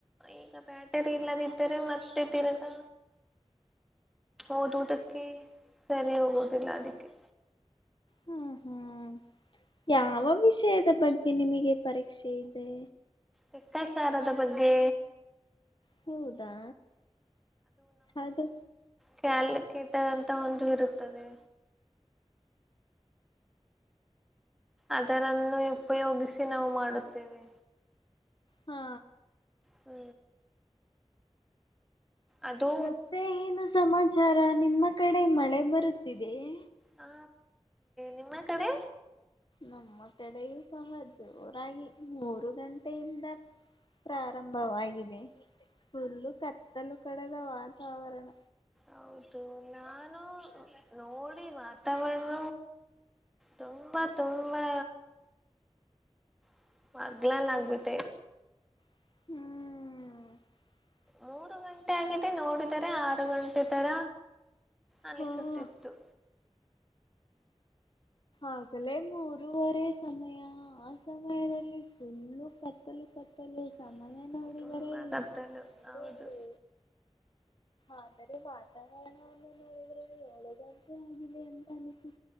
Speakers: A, in the centre; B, on the left (about 50°).
A: ಈಗ ಬ್ಯಾಟರಿ ಇಲ್ಲದಿದ್ದರೆ ಮತ್ತೆ ತಿರ್ಗ ಓದುವುದಕ್ಕೆ ಸರಿ ಹೋಗುವುದಿಲ್ಲ ಅದಕ್ಕೆ.
B: ಹ್ಮ್ ಹ್ಮ್ ಯಾವ ವಿಷಯದ ಬಗ್ಗೆ ನಿಮಗೆ ಪರಿ ರಿಕ್ಷೆ ಇದೆ.
A: ಲೆಕ್ಕಾಚಾರದ ಬಗ್ಗೆ
B: ಹೌದಾ ಅದು
A: ಕ್ಯಾಲ್ಕುಲೇಟರ್ ಅಂತ ಒಂದು ಇರುತ್ತದೆ. ಅದರನ್ನು ಉಪಯೋಗಿಸಿ ನಾವು ಮಾಡುತ್ತೇವೆ.
B: ಹಾ
A: ಹ್ಮ್ ಅದು
B: ಮತ್ತೆ ಏನು ಸಮಾಚಾರ ನಿಮ್ಮ ಕಡೆ ಮಳೆ ಬರುತ್ತಿದೆಯೆ.
A: ಹಾ ನಿಮ್ಮ ಕಡೆ
B: ನಮ್ಮ ಕಡೆಯೂ ಸಹ ಜೋರಾಗಿ <unintelligible> ಆರು ಗಂಟೆಯಿಂದ ಪ್ರಾರಂಭವಾಗಿದೆ ಫುಲ್ಲು ಕತ್ತಲು ಕಡೆದ ವಾತಾವರಣ.
A: ಹೌದು ನಾನು ನೋಡಿ ವಾತಾವರಣ ತುಂಬಾ ತುಂಬಾ. <unintelligible> ಆಗ್ಬಿಟ್ಟೆ
B: ಹ್ಮ್
A: ಮೂರು ಗಂಟೆ ಆಗಿದೆ ನೋಡಿದರೆ ಆರು ಗಂಟೆ ತರ. ಅನಿಸುತ್ತಿತ್ತು
B: ಹಾ ಆಗಲೇ ಮೂರುವರೆ ಸಮಯ ಆ ಸಮಯದಲ್ಲಿ ಫುಲ್ ಕತ್ತಲು ಕತ್ತಲು. ಸಮಯ
A: <unintelligible>
B: ನೋಡಿದರೆ ಇನ್ನೂ ಮೂರುವರೆ
A: ಹೌದು
B: ಆದರೆ ವಾತಾವರಣವನ್ನು ನೋಡಿದರೆ ಏಳಗಂಪು <unintelligible> ಹಾಗಂತ ಅನಿಸಿ.